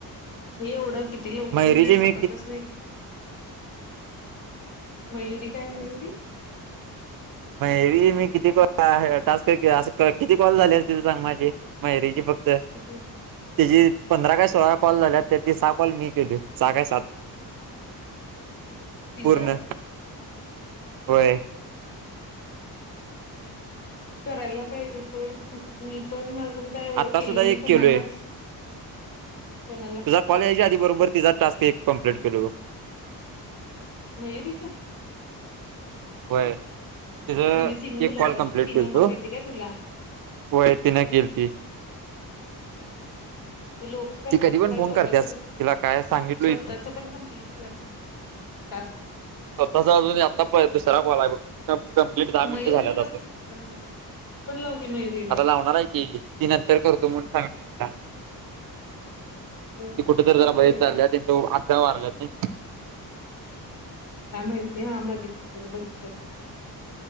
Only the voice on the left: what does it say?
हे एवढं किती लवकर
मिनिट सपतच
नाही. मयुरी काय मयुरी?
किती
तिज?
हम. करायला पाहिजे सोड मी पण अजून काय एवढं
केलो
नाही
तुम्हानाच
कोणाला
मयुरीचा?
म्हणजे तिनं
तुला
तिनं
कॉल घेतली काय तुला
लोक करतात
खरं
स्वतःच
पण
स्वतःच
पण कंप्लीट कर टास्क
मयुरीला
लाव
की तू पण मग तू पण लाव की मयुरीला
बर
बर
चालतंय
काय
काय माहित नाही बा मधी स्टेटस बघितलेलो.